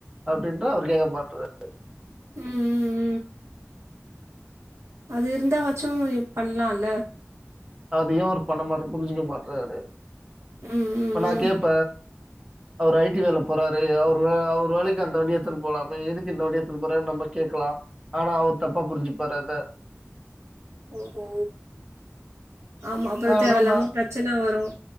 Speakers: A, on the right; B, on the right.
A: அப்டின்றா அவர் கேக்க மாட்று
B: ம்ம் அது இருந்தா வச்சு இ பண்லால
A: அதுயு அவரு பண்ண மாட்றாரு புரிஞ்சுக்க மாட்டாரு
B: ம் ம்
A: இப்ப நா
B: ம்
A: கேட்ப அவரு ஐடி வேல போறாரு அவ்ரு வே அவ்ரு வேலைக் அந்த வண்டிய எத்தன்னு போலாமே எதுக்கு இந்த வண்டிய எத்துன் போறே நம்ப கேக்லா ஆனா அவர் தப்பா புரிஞ்சுப்பார் அது
B: ஓ ஓ ஆமா அப்றோ
A: அதெல்லாம்
B: தேவலாம
A: நான்
B: பிரச்சன வரு